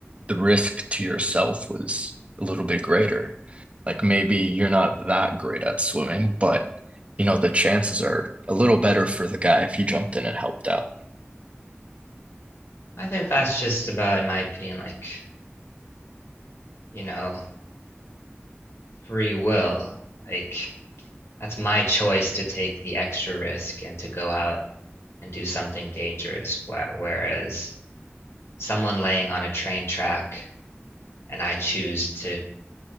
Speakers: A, on the right; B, on the left.
A: the risk to yourself was a little bit greater. Like maybe you're not that great at swimming, but you know, the chances are a little better for the guy if he jumped in and helped out.
B: I think that's just about, in my opinion, like, you know, free will. Like, that's my choice to take the extra risk and to go out and do something dangerous. Whereas someone laying on a train track and I choose to